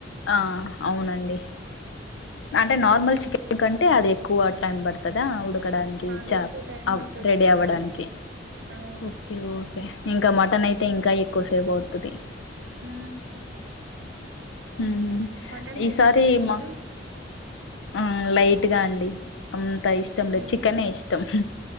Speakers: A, on the left; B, on the right.
A: ఆ అవునండి. అం టే నార్మల్ చికెన్ కంటే అది ఎక్కువ టైం పడుతదా ఉడకడానికి
B: అది
A: చ
B: ఎక్కువ టైం పడుతది
A: రెడీ
B: ఉడకడానికి
A: అవ్ అవ్వడానికి
B: అవును
A: ఓకే ఓకే ఇంకా మటన్ అయితే ఇంకా ఎక్కువ సేపు అవుతది.
B: మ్
A: ఉమ్
B: మటన్
A: ఈసారి
B: తింటరా అండి
A: మా
B: మీరు
A: ఆ లైట్గా అండి అంత ఇష్టం లేద్
B: మ్మ్
A: చికెనే ఇష్టం.